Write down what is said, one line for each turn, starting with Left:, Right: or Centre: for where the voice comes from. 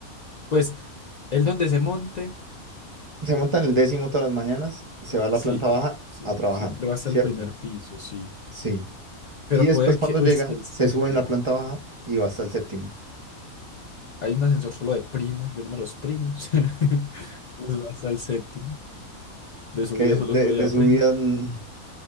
Left: Pues, el donde se monte.
Right: Se monta en el décimo todas las mañanas, se va a la
Left: Sí,
Right: planta baja
Left: sí,
Right: a trabajar,
Left: siempre va hasta
Right: ¿cierto?
Left: el primer piso, sí.
Right: Sí.
Left: Pero
Right: Y después
Left: puede
Right: cuando
Left: que, uy,
Right: llega,
Left: es que el séptimo.
Right: se sube en la planta baja y va hasta el séptimo.
Left: Hay un ascensor solo de primos, de números primos. <laughs> Pues va hasta el séptimo. De subida
Right: Que
Left: solo
Right: de,
Left: sube
Right: de
Left: de a
Right: subida
Left: primos.
Right: mm,